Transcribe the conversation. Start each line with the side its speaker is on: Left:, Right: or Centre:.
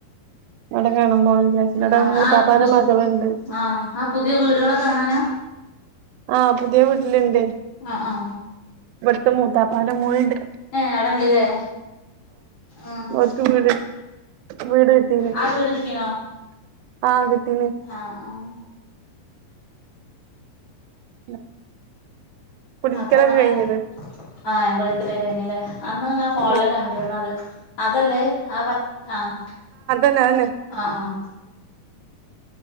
Right: അടകാ പോണം വിജാര്ച്ച്ണ്ട് അവ്ടെ
Left: ആ ആ
Right: മൂത്താപ്പാൻ്റെ
Left: ആ പു
Right: മകള്ണ്ട്
Left: ആ ആ പുതിയ വീടുകളൊക്കെ കാണാനാ
Right: ആഹ് പുതിയ വീട്ടിലിണ്ട്,
Left: ആ ആ
Right: ഇവ്ട്ത്തെ മൂത്താപ്പാൻ്റെ മോള്ണ്ട്
Left: ഏഹ് അവിടെണ്ട് ല്ലേ ആഹ്
Right: ഓര്ക്ക് വീട് വീട് കിട്ടീന്
Left: ആ വീട് കിട്ടിക്ക്ണോ
Right: ആഹ് കിട്ടീന്
Left: ആഹ് ആഹ്
Right: <unintelligible> കുടിരിക്കലൊക്കെ
Left: അപ്പൊ അങ്ങനെ
Right: കഴിഞ്ഞ്ണ്
Left: ആഹ് കുടിര്ക്കലൊക്കഴിഞ്ഞൂ ല്ലേ അന്ന് ങനെ ഫോണില്
Right: ഉം
Left: കണ്ടീനത് അതല്ലേ ആ പ ആഹ്
Right: ന്നെ ആന്നെ
Left: ആഹ് ആഹ്